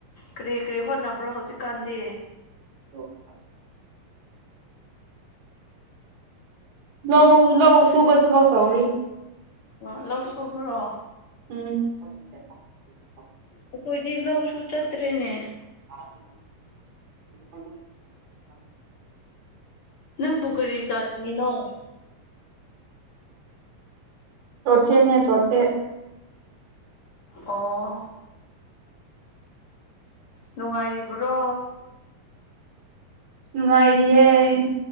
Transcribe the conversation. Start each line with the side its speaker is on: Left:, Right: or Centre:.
Left: ꯀꯔꯤ ꯀꯔꯤ ꯍꯣꯠꯅꯕ꯭ꯔꯣ ꯍꯧꯖꯤꯛꯀꯥꯟꯗꯤ
Right: <unintelligible> ꯂꯧ ꯂꯧ ꯁꯨꯕ ꯊꯕꯛ ꯇꯧꯔꯤ
Left: ꯑꯣ ꯂꯧ ꯁꯨꯕ꯭ꯔꯣ
Right: ꯎꯝ <unintelligible>
Left: ꯑꯩꯈꯣꯏꯗꯤ ꯂꯧꯁꯨ ꯆꯠꯇ꯭ꯔꯦꯅꯦ
Right: <unintelligible>
Left: ꯅꯪꯕꯨ ꯀꯔꯤ ꯖꯥꯇꯤꯅꯣ
Right: ꯆꯣꯊꯦꯅꯦ ꯆꯣꯊꯦ
Left: ꯑꯣ ꯅꯨꯡꯉꯥꯏꯔꯤꯕ꯭ꯔꯣ
Right: ꯃꯦ